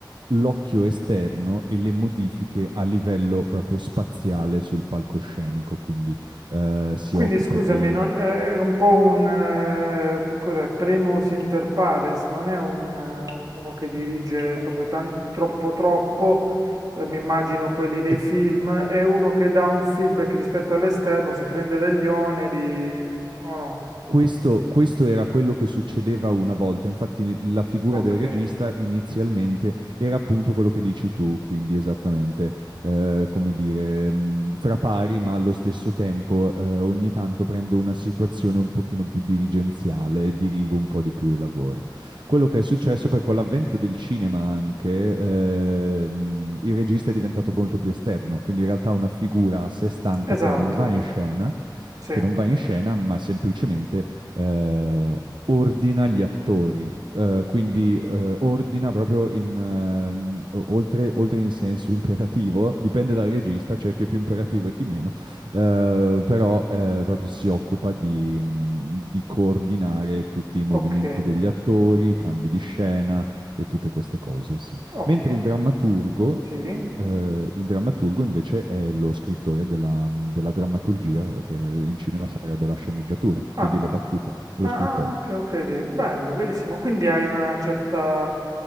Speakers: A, on the right; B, on the right.
A: l'occhio esterno e le modifiche a livello proprio spaziale sul palcoscenico, quindi eh, si
B: Quindi
A: occupa
B: scusami,
A: di...
B: non- eh, è un po' un, eh, cos'è, primus inter pares, non è un, eh, uno che dirige proprio tan- troppo troppo, eh, mi immagino quelli dei
A: è-
B: film, è uno che dà un feedback rispetto all'esterno, si prende degli oneri o no?
A: Questo, questo era quello che succedeva una volta, infatti ne- la figura
B: Ok,
A: del regista inizialmente era appunto quello che dici tu, quindi esattamente eh, come dire, mh, fra pari, ma allo stesso tempo eh, ogni tanto prendo una situazione un pochino più dirigenziale e dirigo un po' di più i lavori. Quello che è successo poi con l'avvento del cinema anche, eh, mh, il regista è diventato molto più esterno, quindi in realtà una figura a sé stante
B: esatto,
A: che non va in scena
B: sì,
A: che non va in scena, ma semplicemente eh, ordina gli attori. Eh, quindi eh, ordina proprio in, ehm, oltre, oltre in senso imperativo, dipende dal regista, c'è cioè chi è più imperativo e chi meno, eh, però eh, proprio si occupa di, mh, di coordinare tutti i movimenti
B: ok,
A: degli attori, i cambi di scena e tutte queste cose, sì.
B: ottimo,
A: Mentre il drammaturgo
B: sì.
A: eh, il drammaturgo invece è lo scrittore della, della drammaturgia, che in cinema sarebbe la sceneggiatura,
B: Ah,
A: quindi le battute, lo
B: Ah,
A: scrittore.
B: ah, ok, ok, ok, bello, bellissimo. Quindi hai una certa